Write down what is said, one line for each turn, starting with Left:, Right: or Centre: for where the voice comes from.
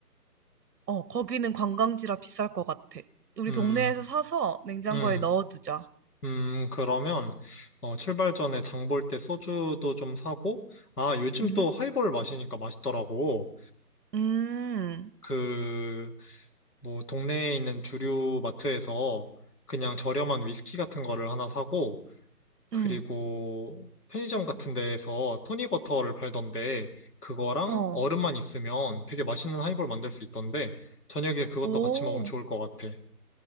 Right: 어, 거기는 관광지라 비쌀 것 같아. 우리
Left: 음,
Right: 동네에서 사서 냉장고에
Left: 음.
Right: 넣어두자.
Left: 음, 그러면, 어, 출발 전에 장볼 때 소주도 좀 사고, 아, 요즘
Right: 음,
Left: 또 하이볼 마시니까 맛있더라고.
Right: 음,
Left: 그, 뭐, 동네에 있는 주류 마트에서 그냥 저렴한 위스키 같은 거를 하나 사고, 그리고
Right: 음,
Left: 편의점 같은 데에서 토닉워터를 팔던데, 그거랑
Right: 어,
Left: 얼음만 있으면 되게 맛있는 하이볼 만들 수 있던데, 저녁에 그것도
Right: 오.
Left: 같이 먹으면 좋을 것 같아.